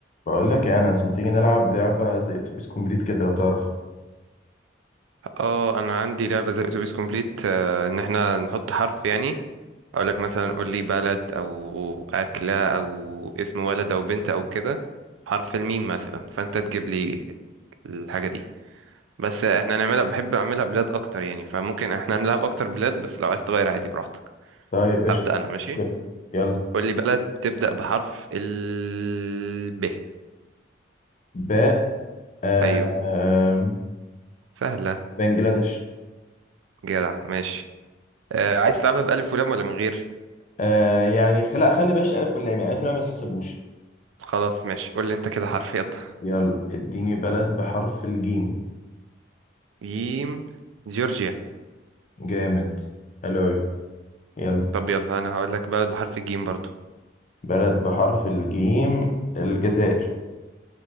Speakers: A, on the left (about 40°); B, on the right (about 90°).
A: بقول لك يا انس ما تيجي نلعب لعبه زي اتوبيس كومبليت كده لو تعرف
B: اه انا عندي لعبه زي اتوبيس كومبليت آه، ان احنا نحط حرف يعني اقول لك مثلا قول لي بلد او اكله او اسم ولد او بنت او كده حرف الميم مثلا فانت تجيب لي الحاجه دي بس احنا نعملها بحب اعملها بلاد اكتر يعني فممكن احنا نلعب اكتر بلاد بس لو عايز تغير عادي براحتك
A: طيب قشطه
B: هبدا انا ماشي
A: مشكله يلا
B: قول لي بلد تبدا بحرف ال ب
A: باء آم،
B: ايوه سهله
A: بنجلاديش
B: جدع ماشي آه، عايز تلعبها بالف ولام ولا من غير
A: آه، يعني خلا خلي باش الف واللام يعني الف واللام ما تحسبوش
B: خلاص ماشي قول لي انت كده حرف يلا
A: يلا اديني بلد بحرف الجيم
B: جيم جورجيا
A: جامد حلو أوي. يلا
B: طب يلا انا هقول لك بلد بحرف الجيم برضو
A: بلد بحرف الجيم الجزائر